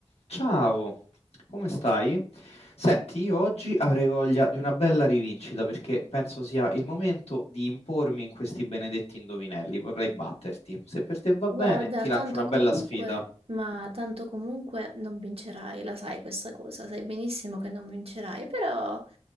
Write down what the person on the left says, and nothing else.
Ciao, come stai? Senti, io oggi avrei voglia di una bella rivincita perché penso sia il momento di impormi in questi benedetti indovinelli. Vorrei batterti. Se per te va
bene, ti
lancio una bella
sfida.